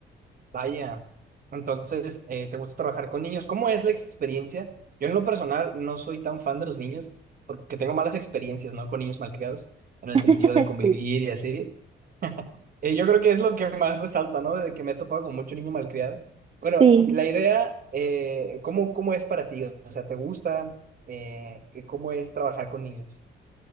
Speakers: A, on the right; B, on the right.
A: Vaya. Entonces, eh, ¿te gusta trabajar con niños? ¿Cómo es la experiencia? Yo en lo personal no soy tan fan de los niños porque tengo malas experiencias, ¿no? Con niños malcriados, en el
B: <laughs>
A: sentido de convivir
B: Sí,
A: y así. Eh, yo creo que es lo que más resalta, ¿no? De que me he topado con mucho niño malcriado. Bueno,
B: sí.
A: la idea, eh, ¿cómo, cómo es para ti? O sea, ¿te gusta? Eh, que ¿cómo es trabajar con niños?